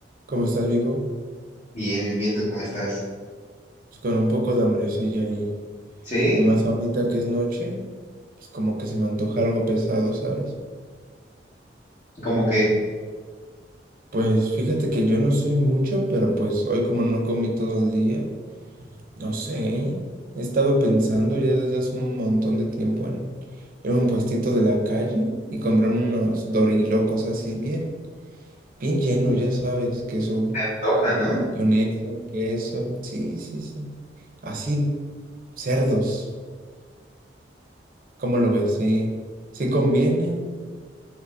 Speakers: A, on the right (about 50°); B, on the left (about 45°).
A: ¿Cómo estás, viejo?
B: Bien, bien, bien, ¿tú cómo estás?
A: Pues con un poco de hambrecilla y
B: Sí,
A: más ahorita que es noche, pues como que se me antoja algo pesado, ¿sabes?
B: como que
A: Pues fíjate que yo no soy mucho, pero pues hoy como no comí todo el día, no sé, ¿eh? he estado pensando ya desde hace un montón de tiempo en ir a un puestito de la calle y comprarme unos dorilocos así bien, bien llenos, ya sabes, queso,
B: se antoja, ¿no?
A: mayonesa, queso, sí, sí, sí, así, cerdos. ¿Cómo lo ves? ¿Sí, sí convienen?